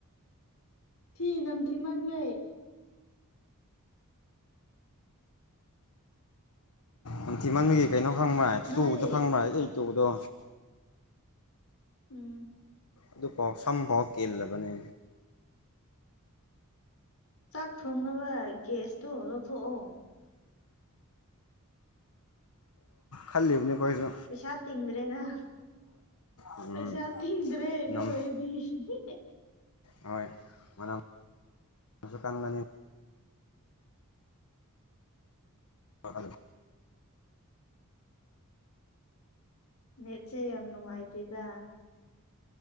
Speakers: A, on the left; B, on the left.
A: ꯊꯤ ꯅꯝꯊꯤ ꯃꯟꯕꯩ
B: ꯅꯤꯡꯊꯤꯃꯟꯒꯤ ꯀꯩꯅꯣ ꯈꯪꯕ꯭ꯔꯥ
A: ꯅꯣꯏ
B: ꯇꯨꯗ ꯈꯪꯕ꯭ꯔꯥꯏ ꯑꯩ ꯇꯨꯗꯣ
A: ꯎꯝ
B: ꯑꯗꯨꯐꯥꯎ ꯁꯝꯐꯥꯎ ꯀꯦꯜꯂꯕꯅꯦ
A: ꯆꯥꯛ ꯊꯣꯡꯅꯕ ꯒ꯭ꯁꯇꯣ ꯂꯧꯊꯣꯛꯑꯣ
B: ꯈꯜꯗꯕ ꯀꯣꯏꯁꯨ
A: ꯄꯩꯁꯥ ꯇꯤꯡꯗ꯭ꯔꯦꯅ
B: ꯎꯝ
A: ꯄꯩꯁꯥ ꯇꯤꯡꯗ꯭ꯔꯦ ꯑꯗꯨ
B: ꯅꯝ
A: ꯑꯣꯏꯔꯗꯤ ꯎ
B: ꯍꯣꯏ ꯃꯁꯨꯨ ꯀꯥꯟꯗꯅꯤ ꯍ
A: ꯅꯦꯠꯁꯦ ꯌꯥꯝ ꯅꯨꯡꯉꯥꯏꯇꯦꯗ